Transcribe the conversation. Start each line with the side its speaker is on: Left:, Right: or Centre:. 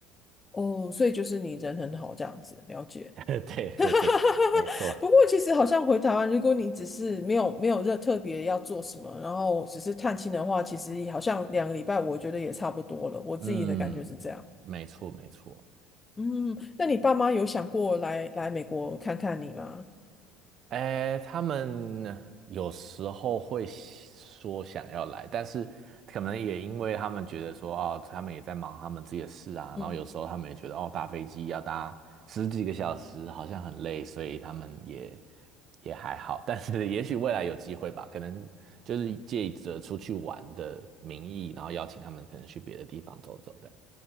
Left: 哦，所以就是你人很好这样子，了解。
Right: <laughs> 对对对，
Left: <laughs>
Right: 没错，
Left: 不过其实好像回台湾，如果你只是没有没有热特别要做什么，然后只是探亲的话，其实好像两个礼拜，我觉得也差不多了。我自己的感觉是这样。
Right: 嗯，没错没错。
Left: 嗯，那你爸妈有想过来来美国看看你吗？
Right: 哎，他们有时候会说想要来，但是可能也因为他们觉得说，哦，他们也在忙他们自己的事啊，
Left: 嗯
Right: 然后有时候他们也觉得，哦，搭飞机要搭十几个小时，好像很累，所以他们也也还好。<laughs> 但是也许未来有机会吧，可能就是借着出去玩的名义，然后邀请他们可能去别的地方走走的。